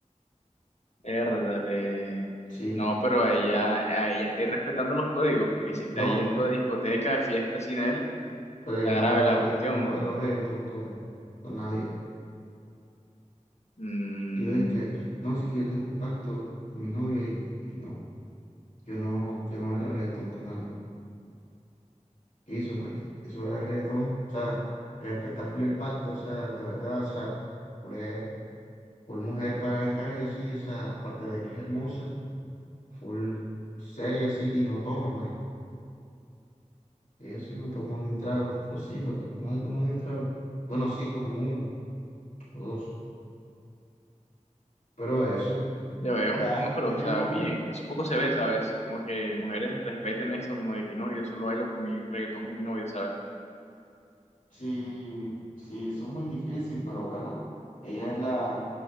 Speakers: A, on the left (about 60°); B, on the left (about 80°).
A: Érdale.
B: sí,
A: No, pero a ella, a ella está irrespetando los códigos, porque si está
B: no,
A: yendo a discoteca, de fiesta sin él,
B: pero
A: está
B: ella
A: grave
B: no bailó,
A: la
B: regga-
A: cuestión.
B: no bailó reggaetón con, con nadie.
A: Mm,
B: Dijo, es que, no, es que yo tengo un pacto con mi novio y, y- y no, yo no, yo no bailo reggaetón con nadie. Eso, marica, eso era reggaetón, o sea, respeta full el pacto, o sea, de verdad, o sea, full, es- full mujer para en raya, sí, o sea, aparte de que es hermosa, full seria, sí, y no toma, marica, ella sí no toma ni un trago, nosotros sí, pero ellos no se tomó ni un trago, bueno, sí, como uno o dos, pero eso,
A: ya veo.
B: ya,
A: No, pero,
B: tiene
A: o sea,
B: novio,
A: bien. Eso poco se ve, ¿sabes? Como que mujeres respeten eso, como de que no, yo solo bailo con mi reggaetón con mi novio, ¿sabes?
B: sí, sí, eso es muy difícil, pero bueno, ella es la,